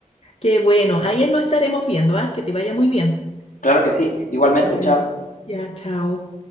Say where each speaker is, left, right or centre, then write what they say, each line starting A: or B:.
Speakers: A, on the left (about 50°); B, on the left (about 80°).
A: Qué bueno, ahí nos estaremos viendo, ¿ah? Que te vaya muy bien.
B: Claro que sí, igualmente,
A: Ya,
B: chao.
A: ya, chao.